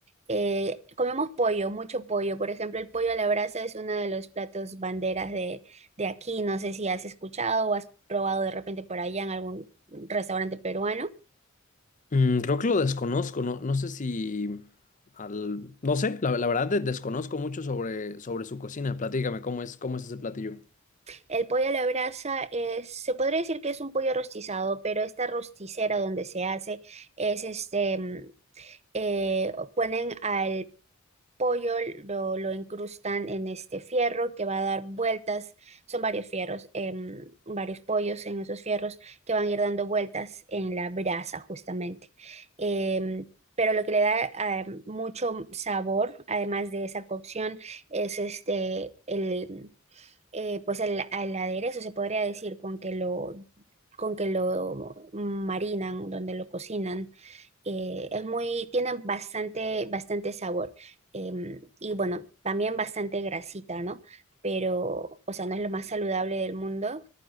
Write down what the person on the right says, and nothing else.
Eh, comemos pollo, mucho pollo. Por ejemplo, el pollo a la brasa es uno de los platos banderas de, de aquí. No sé si has escuchado o has probado de repente por allá en algún restaurante peruano.
El pollo a la brasa es, se podría decir que es un pollo rostizado, pero esta rosticera donde se hace es este, mm, eh, ponen al pollo, lo, lo incrustan en este fierro que va a dar vueltas, son varios fierros, em, varios pollos en esos fierros que van a ir dando vueltas en la brasa justamente. Em, pero lo que le da eh, mucho sabor, además de esa cocción, es este, el, eh, pues al, al aderezo se podría decir con que lo, con que lo marinan, donde lo cocinan. Eh, es muy, tienen bastante, bastante sabor. Em, y bueno, también bastante grasita, ¿no? Pero, o sea, no es lo más saludable del mundo,